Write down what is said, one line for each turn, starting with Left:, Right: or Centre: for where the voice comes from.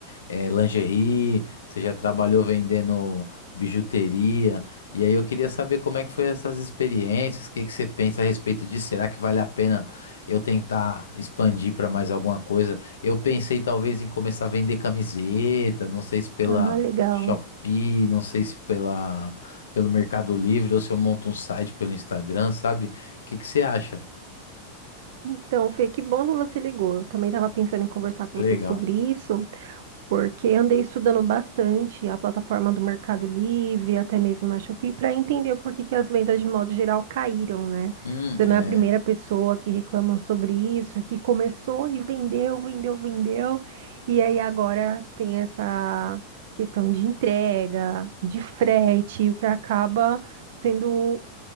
Left: eh, lingerie, você já trabalhou vendendo bijuteria, e aí eu queria saber como é que foi essas experiências, o que que você pensa a respeito disso? Será que vale a pena eu tentar expandir para mais alguma coisa? Eu pensei talvez em começar a vender camiseta, não sei se pela
Right: Ah, legal.
Left: Shopee, não sei se pela, pelo Mercado Livre, ou se eu monto um site pelo Instagram, sabe? O que que você acha?
Right: Então, Fê, que bom que você ligou. Eu também estava pensando em conversar com
Left: Legal.
Right: você sobre isso. porque andei estudando bastante a plataforma do Mercado Livre, até mesmo na Shopee, para entender por que que as vendas de modo geral caíram, né?
Left: Hum,
Right: Você
Left: é.
Right: não é a primeira pessoa que reclama sobre isso, que começou e vendeu, vendeu, vendeu, e aí agora tem essa questão de entrega, de frete, o que acaba sendo,